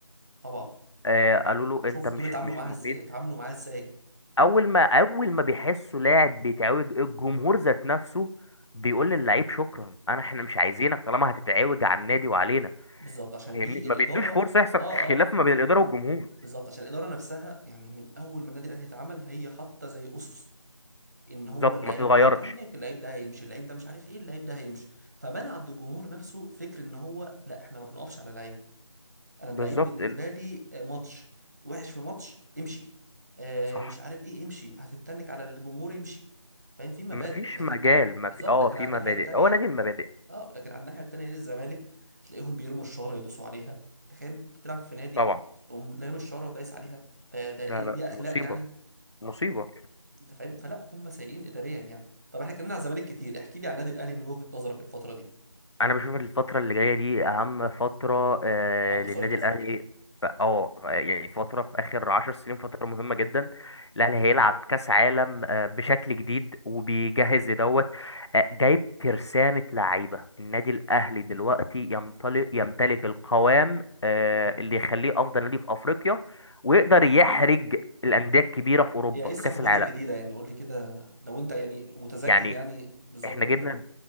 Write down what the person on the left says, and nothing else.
آه، قالوا له
انت مش
مش
مفيد
اول ما اول ما بيحسوا لاعب بيتعوج الجمهور ذات نفسه بيقول للعيب شكرا انا احنا مش عايزينك طالما هتتعوج على النادي وعلينا
فاهمني
ما
بيدوش فرصة يحصل
خلاف
ما بين الإدارة والجمهور
بالظبط
ما بتتغيرش
بالظبط
ال-
صح
مفيش
مجال
ما
في اه
في
مبادئ
هو نادي المبادئ
طبعا
لا لا
مصيبة
مصيبة
أنا بشوف الفترة اللي جاية دي أهم فترة آه
للنادي
الأهلي ف- اه ف- يعني فترة في آخر عشر سنين فترة مهمة جدا الأهلي هيلعب كأس عالم آه بشكل جديد وبيجهز لدوت آه جايب ترسانة لعيبة النادي الأهلي دلوقتي يمتلك يمتلك القوام آه اللي يخليه أفضل نادي في أفريقيا ويقدر يحرج الأندية الكبيرة في أوروبا
في
كأس العالم
يعني
احنا
جبنا